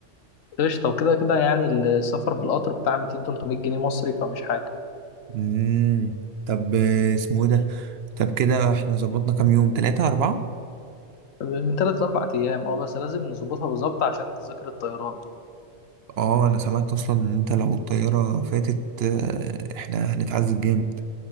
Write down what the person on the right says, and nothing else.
امم طب آه، اسمه ايه ده طب كده احنا ظبطنا كام يوم تلاتة أربعة
اه انا سمعت اصلا ان انت لو الطيارة فاتت آه، احنا هنتعذب جامد